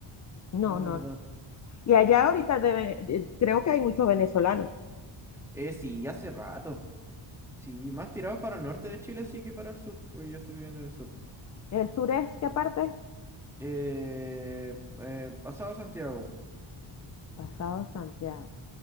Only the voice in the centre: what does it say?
<laughs> La verdad.
Eh, sí, hace rato. Sí, más tirados para el norte de Chile sí que para el sur, porque yo estoy viviendo en el sur.
Eh, eh, pasado Santiago.